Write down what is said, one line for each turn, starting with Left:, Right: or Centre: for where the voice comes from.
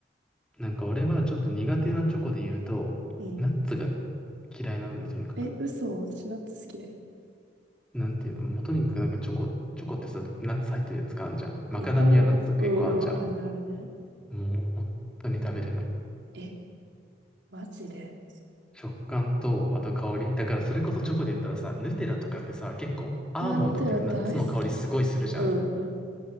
Centre: なんか俺はちょっと苦手なチョコで言うと、
Right: うん。
Centre: ナッツが嫌いなのね、とにかく。
Right: え、嘘私ナッツ好きだよ。
Centre: なんていうの、もうとにかくなんかチョコ、チョコってさ、ナッツ入ってるやつかあんじゃん。マカダミアナッツとか結構あんじゃん。
Right: いっぱいあるよ。うんうん、あるね、あるね。
Centre: もう本当に食べれない。
Right: え、マジで
Centre: 食感と、あと香り。だからそれこそチョコで言ったらさ、ヌテラとかってさ、結構アーモンドっていうかナッツの香りすごいするじゃん。
Right: うわ、ヌテラ大好き。うんうん。